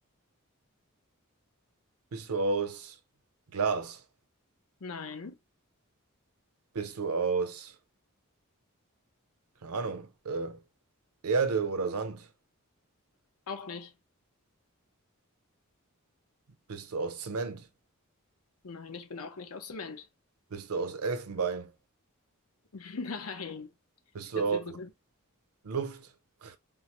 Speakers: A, on the right; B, on the left.
A: Bist du aus Glas?
B: Nein,
A: Bist du aus, keine Ahnung, äh, Erde oder Sand?
B: auch nicht.
A: Bist du aus Zement?
B: Nein, ich bin auch nicht aus Zement.
A: Bist du aus Elfenbein?
B: <laughs> Nein.
A: Bist du
B: Jetzt
A: aus
B: jetzt
A: Luft? <laughs>